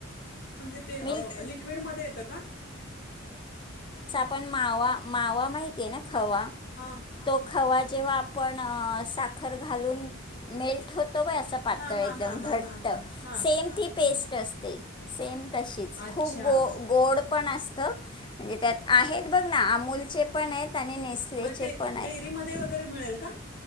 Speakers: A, on the left; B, on the left.
A: म्हणजे ते
B: मिल्क
A: लिक्विडमध्ये येतं का?
B: पण मावा मावा माहिती आहे ना खवा
A: हा
B: तो खवा जेव्हा आपण साखर घालून मेल्ट होत तो असा पातळ
A: हा हा
B: एकदम
A: हा
B: घट्ट
A: हा हा हा हा
B: सेम ती पेस्ट असते सेम तशीच
A: अच्छा
B: खूप गो गोड पण असत म्हणजे त्यात आहेत बघ ना अमूलचे पण येत आणि नेसल्याचे
A: मग ते
B: पण आहेत
A: डेअरीमध्ये वगैरे मिळेल का